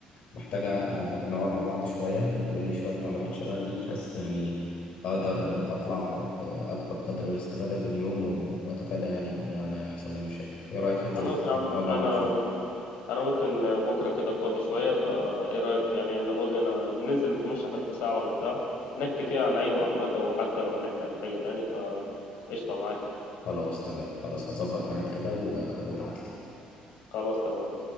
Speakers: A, on the left; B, on the left.
A: محتاج آه، نقعد مع بعض شويه وتقول لي شويه معلومات شبه دي بحيث يعني اقدر اطلع باكبر قدر من الاستفاده في اليوم و- واتفادى يعني ان انا يحصل لي مشاكل ايه رايك ننزل
B: خلاص يا عم
A: نقعد
B: انا
A: مع بعض شويه
B: ممكن انا ممكن بكره كده فاضي شويه فايه رايك يعني ناخد لنا ننزل نتمشى حتى ساعه ولا بتاع نحكي فيها عن اي معلومات او حتى لو هنحكي عن حاجه تاني فقشطه معاك يعني.
A: خلاص تمام خلاص هظبط ميعاد كده و- وابعتلي
B: خلاص تمام